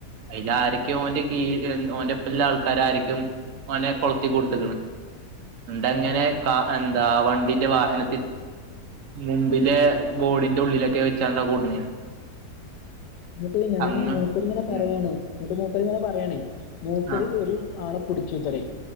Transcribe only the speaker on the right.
അയില് ആര്! !!!!!!!!! ഓന്റെ കീഴി ഓന്റെപ്പള്ള ആൾക്കാരാരിക്കും ഓനെ കൊളത്തി കൊടുത്ത്ക്കണ് എന്തങ്ങനെ
കാ എന്താ വണ്ടിന്റെ വാഹന മുമ്പിലെ ബോഡിന്റെ ഉള്ളിലൊക്കെ വെച്ചാണ്ടാ കൊണ്ടുന്നേ
അങ്ങ്
ഉം
ആ